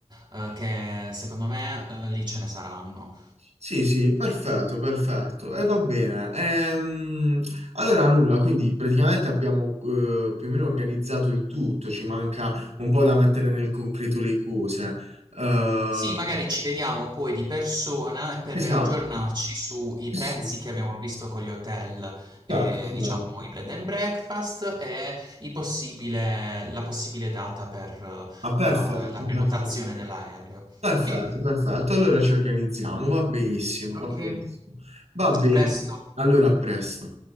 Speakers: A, on the right (about 40°); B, on the right (about 85°).
A: ehm, che secondo me, ehm, lì ce ne saranno.
B: Sì, sì, perfetto, perfetto. E va bene. Ehm, allora, nulla, quindi praticamente abbiamo eh, più o meno organizzato il tutto, ci manca un po' da mettere nel concreto le cose. Eh,
A: Sì, magari ci vediamo poi di persona e per
B: esatto,
A: riaggiornarci sui
B: sì,
A: prezzi
B: sì,
A: che abbiamo visto con gli hotel, ehm,
B: certo, certo.
A: diciamo i bed and breakfast e i possibile la possibile data per,
B: Ah, perfetto,
A: ehm, la prenotazione
B: perfetto.
A: dell'aereo.
B: Perfetto,
A: Okay?
B: perfetto. Allora ci organizziamo, va benissimo, va
A: Okay.
B: benissimo. Va bene.
A: A presto.
B: Allora, a presto.